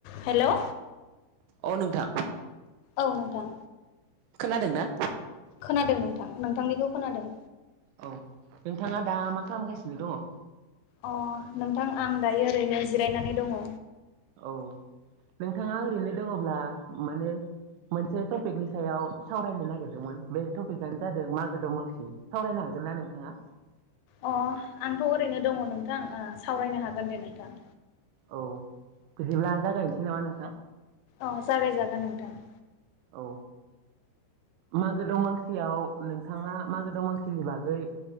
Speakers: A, on the left; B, on the right.
A: Hello
B: औ नोंथां।
A: औ नोंथां
B: खोनादों ना?
A: खोनादों नोंथां नोंथांनिखौ खोनादों।
B: औ नोंथाङा दा मा खालामगासिनो दङ?
A: अ नोंथां आं दायो ओरैनो जिरायनानै दङ।
B: औ नोंथाङा ओरैनो दङब्ला माने मोनसे टपिकनि सायाव सावरायनो नागिरदोंमोन बे टपिकआनो जादों मागो दंमांसि सावरायनो हागोन ना नोंथाङा?
A: अ आंथ' ओरैनो दङ नोंथां सावरायनो हागोन दे नोंथां
B: औ बिदिब्ला जागायनोसै नामा नोंथां
A: अ जागायजागोन नोंथां
B: औ मागो दमासियाव नोंथाङा मागो दमासिनि बागै